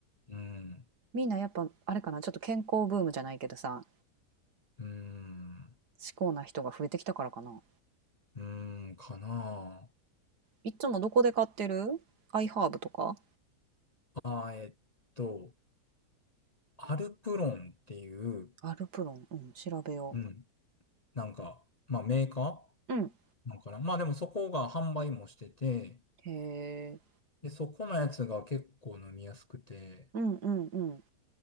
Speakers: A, on the left (about 35°); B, on the right (about 70°).
A: うん。
B: みんなやっぱあれかな、ちょっと健康ブームじゃないけどさ、
A: うーん。
B: 至高な人が増えてきたからかな。
A: うーん、かな
B: いつもどこで買ってるアイハーブとか
A: ああー、えっと、アルプロンっていう、
B: アルプロン、うん、調べよ
A: うん。なんか、まあメーカ
B: う。うん。
A: ーなんかな。まあでもそこが販売もしてて、
B: へえ。
A: で、そこのやつが結構飲みやすくて、
B: うんうんうん。